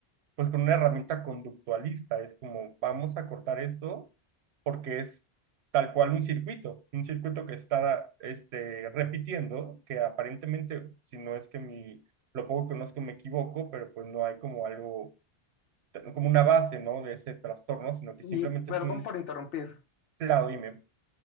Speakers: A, on the right (about 80°); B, on the left (about 60°).
A: pues con una herramienta conductualista, es como vamos a cortar esto porque es tal cual un circuito, un circuito que está este, repitiendo, que aparentemente, si no es que mi, lo poco que conozco me equivoco, pero pues no hay como algo, como una base, ¿no? De ese trastorno, sino que
B: Y
A: simplemente
B: perdón
A: es un,
B: por interrumpir.
A: claro, dime,